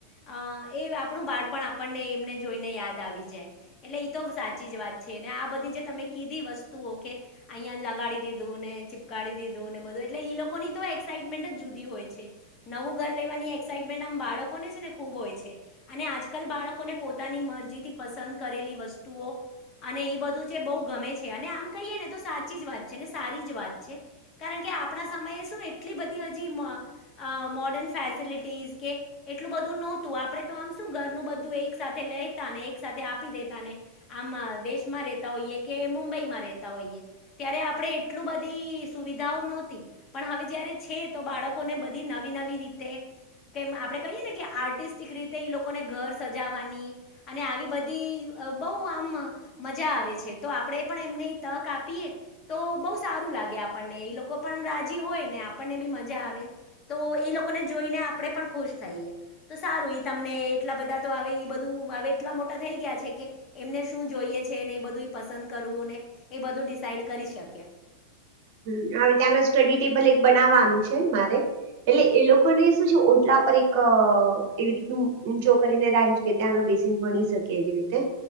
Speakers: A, on the left; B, on the right.
A: અ એ આપણું બાળપણ આપણને એમને જોઈને યાદ આવી જાય એટલે ઇતો સાચી જ વાત છે ને આ બધી જે તમે કીધી વસ્તુઓ કે અહિયાં લગાડી દીધું ને ચીપકારી દીધુંને બધું એટલે ઇ લોકોની તો એક્સાઈટમેન્ટ જ જુદી હોય છે નવું ઘર લેવાની એક્સાઈટમેન્ટ આમ બાળકોને છે ને ખૂબ હોય છે અને આજકાલ બાળકોને પોતાની મ રજી થી પસંદ કરેલી વસ્તુઓ એને એ બધું છે બોઉ ગમે છે અને આમ કહીએ ને તો સાચી વાત છે ને સારી જ વાત છે કારણ કે આપણા સમયે શું એટલી બધી હજી અ મોર્ડર્ન ફેસિલિટીઝ કે એટલું બધું નહોતું આપણે તો આમ શું ઘરનું બધું એક સાથે લે તા ને એક સાથે આપી દેતા ને આમ દેશમાં રહેેતા હોઈએ કે મુંબઈમાં રહેેતા હોઈએ ત્યારે આપણે એટલું બધી સુવિધાઓ નહોતી પણ હવે જયારે છે તો બાળકોને નવી નવી રીતે કે આપડણે કહીએ ને કે આર્ટિસ્ટિક રીતે લોકોને ઘર સજાવાની અને આવી બધી બહ આમ મજા આવે છે તો આપણેે પણ એમને તક આપી તો બહુ સારું લાગે આપણને એ લોકો પણ રાજી હોય ને આપણને બી મજા આવે તો એ લોકોને જોઈને આપણે પણ ખુશ થઈએ તો સારું ઇ તમને એટલા બધા તો આવે બધું હવે એટલા મોટા થઈ ગયા છે કે એમને શું જોઈએ છે એ બધું પસંદ કરવું ને એ બધું ડિસાઈડ કરી શકે
B: હ હવે ત્યાં આગળ સ્ટડી ટેબલ એક બનાવવાનું છે મારે એટલે એ લોકોને શું છે ઓટલા પર એક એવી રીતનું ઊંચો કરીને રાખ છે કે ત્યાં આગળ ભણી શકે એવી રીતે